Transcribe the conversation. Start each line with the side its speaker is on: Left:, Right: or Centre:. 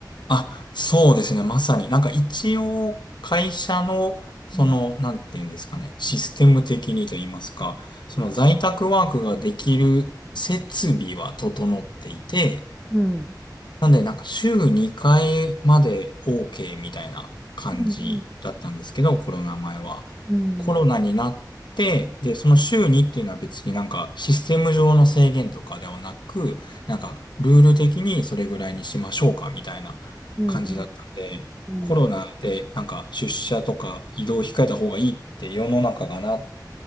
Left: あ、そうですね。まさに。なんか一応会社の、その、
Centre: うん。
Left: なんていうんですかね。システム的にと言いますか、その在宅ワークができる設備は整っていて、
Centre: うん。うん
Left: なんで、なんか週2回まで OK みたいな感じだったんですけど、
Centre: うんうん。
Left: コロナ前は。
Centre: うん
Left: コロナになって、で、その週2っていうのは別になんかシステム上の制限とかではなく、なんかルール的にそれぐらいにしましょうかみたいな感じだったんで、
Centre: うんうん。
Left: コロナでなんか出社とか移動を控えた方がいいって世の中がなっ